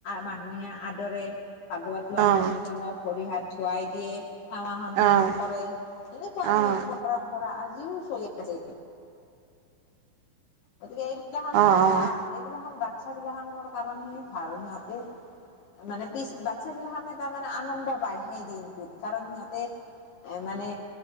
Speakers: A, on the left; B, on the right.
A: মানুহে আদৰে। ভাগৱত
B: অ',
A: লোৱা মানুহজনক ভৰি হাত ধোৱাই দিয়ে সেৱা সন্মান
B: অ',
A: কৰে। এনেকুৱা
B: অ', অ',
A: নিয়ম পৰম্পৰা আজিও চলি আছে। গতিকে এইবিলাকখন
B: অ',
A: মান ভাল। এইবিলাখন বাচ্ছা বিলাখনৰ কাৰণে ভাল সিহঁতে- মানে পিছ বাচ্ছাবিলাকখে তাৰমানে আনন্দ পায় সেই দিনটোত কাৰণ সিহঁতে- এ মানে